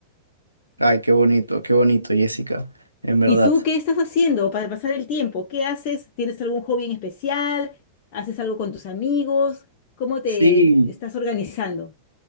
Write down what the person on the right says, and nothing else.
Ay, qué bonito, qué bonito, Jessica, en verdad.
Sí,